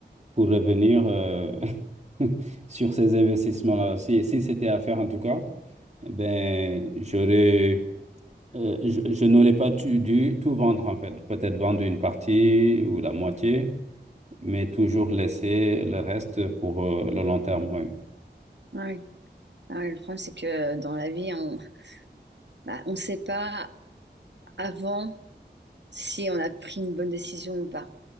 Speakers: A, on the right; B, on the right.
A: pour revenir euh, <laughs> sur ces investissements-là? Si, si c'était à faire en tout cas, eh ben, j'aurais... Euh, je, je n'aurais pas tu- dû tout vendre en fait. Peut-être vendre une partie ou la moitié, mais toujours laisser le reste pour euh, le long terme. Oui.
B: Ah oui. Ah oui, le problème, c'est que dans la vie, on bah, on sait pas avant si on a pris une bonne décision ou pas.